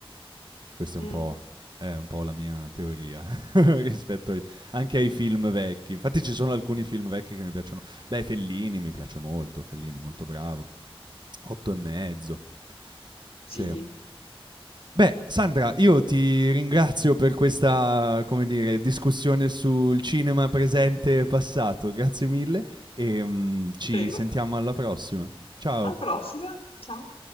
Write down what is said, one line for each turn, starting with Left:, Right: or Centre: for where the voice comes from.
Right: questa è
Left: Mm,
Right: un po', è un po' la mia teoria <laughs> rispetto ai- anche ai film vecchi. Infatti ci sono alcuni film vecchi che mi piacciono. Beh, Fellini mi piace molto, Fellini molto bravo, Otto e mezzo.
Left: sì,
Right: Sì, Beh, Sandra, io ti ringrazio per questa, come dire, discussione sul cinema presente e passato. Grazie mille e mm, ci
Left: prego.
Right: sentiamo alla prossima. Ciao.
Left: Alla prossima. Ciao.